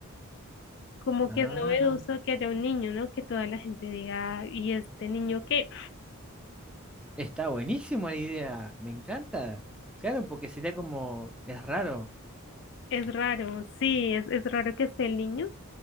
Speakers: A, on the left (about 55°); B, in the centre.
A: Como
B: Ajá.
A: que es novedoso que haya un niño, ¿no? Que toda la gente diga, ¿y este niño qué?
B: Está buenísima la idea, me encanta. Claro, porque sería como, es raro.
A: Es raro, sí, es, es raro que esté el niño.